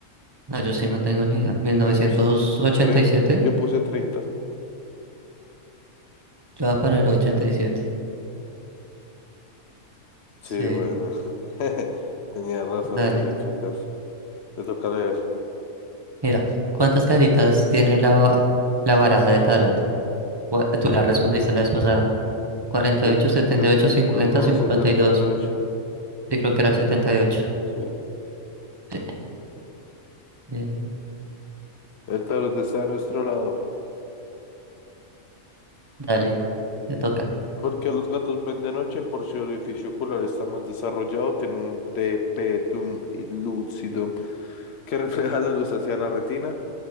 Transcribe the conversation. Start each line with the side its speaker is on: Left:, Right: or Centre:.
Right: No, yo sí no tengo ni idea. mil novecientos
Left: Yo puse
Right: ochenta
Left: treinta
Right: y siete
Left: Yo puse 30.
Right: Yo voy a poner ochenta y siete
Left: Sí,
Right: Sí,
Left: bueno. <laughs> Tenía razón,
Right: dale.
Left: te hubiera hecho caso. Te toca leer.
Right: Mira, ¿cuántas caritas tiene la, ba- la baraja de tarot? Gua- Tú la respondiste la vez pasada. cuarenta
Left: Creo,
Right: y ocho, setenta
Left: creo-
Right: y ocho, cincuenta
Left: creo que en
Right: cincuenta
Left: el setenta
Right: y dos
Left: y ocho.
Right: Sí, creo que eran setenta y ocho
Left: Sí.
Right: Sí, bien.
Left: El tarot está a nuestro lado.
Right: Dale, te toca.
Left: ¿Por qué los gatos ven de noche? Por si el orificio ocular está más desarrollado, tiene un tapetum lucidum que <laughs> refleja la luz hacia la retina.